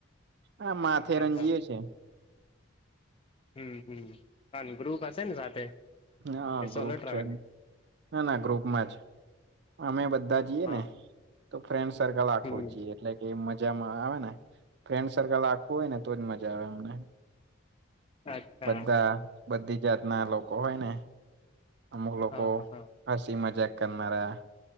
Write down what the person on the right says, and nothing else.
આ માથેરન
જઈએ છે.
ના
હ
ગ્રુપ
છે, ના ના ગ્રુપમાં જ. અમે બધા જઈએ
ને, તો ફ્રેન્ડ સર્કલ આખવું
જીએ. એટલે કે મજામાં આવે ને ફ્રેન્ડ સર્કલ આખવું હોય ને તોજ મજા આવે અમને.
બધા બધી જાત ના લોકો હોય ને. અમુક લોકો
હસી મજાક કરનારા